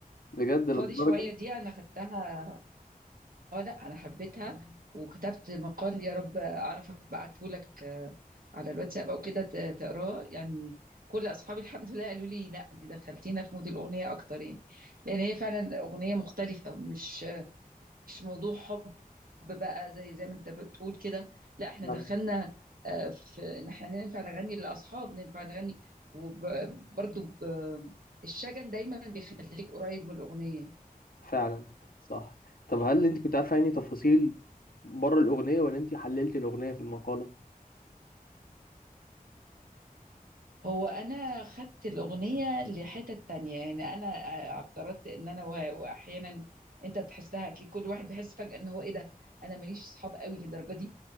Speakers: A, on the left; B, on the right.
A: بجد للدرجة
B: فاضي شوية دي انا خدتها اه لا انا حبيتها وكتبت مقال يا رب اعرف ابعته لك آه، على الواتساب او كده ت- تقراه يعني كل اصحابي الحمد لله قالوا لي لا انت دخلتينا في مود الاغنيه اكتر يعني لان هي فعلا اغنيه مختلفه مش مش موضوع حب بقى زي زي ما انت بتقول كده لا احنا
A: يعني
B: دخلنا آه، في ان احنا ننفع نغني للاصحاب ننفع نغني وبرضه الشجن دايما بيخليك قريب من الاغنيه
A: فعلا صح طب هل انت كنت عارفه يعني تفاصيل بره الاغنيه ولا انت حللت الاغنيه في المقاله
B: هو انا خدت الاغنيه لحتت تانية يعني انا آه، افترضت ان انا وه- واحيانا انت بتحسها اكيد كل واحد بيحس فجاه ان هو ايه ده انا ماليش اصحاب قوي للدرجه دي